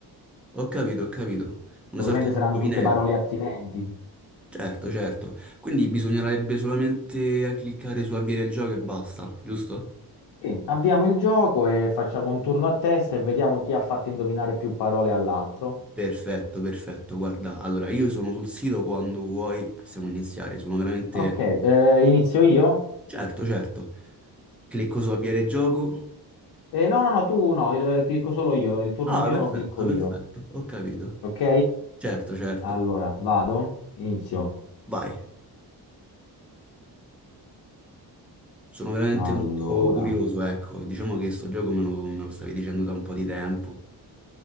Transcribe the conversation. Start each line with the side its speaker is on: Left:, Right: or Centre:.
Centre: ho capito, ho capito. Una
Left: Ovviamente
Centre: sorta
Left: saranno
Centre: di indovinello.
Left: tutte parole attinenti.
Centre: Certo, certo. Quindi bisognerebbe solamente a cliccare su avviare il gioco e basta, giusto?
Left: Sì, avviamo il gioco e facciamo un turno a testa e vediamo chi ha fatto indovinare più parole all'altro.
Centre: Perfetto, perfetto. Guarda, allora io sono sul sito quando vuoi, possiamo iniziare. Sono veramente...
Left: Ok, eh, inizio io?
Centre: Certo, certo. Clicco su avviare gioco.
Left: Eh, no, no, no, tu no, eh, clicco solo io, il turno
Centre: Ah,
Left: mio
Centre: perfetto,
Left: clicco
Centre: perfetto,
Left: io.
Centre: ho capito.
Left: Ok?
Centre: Certo, certo.
Left: Allora, vado, inizio.
Centre: Vai. Sono veramente
Left: Allora,
Centre: molto curioso, ecco. Diciamo che sto gioco me lo, me lo stavi dicendo da un po' di tempo.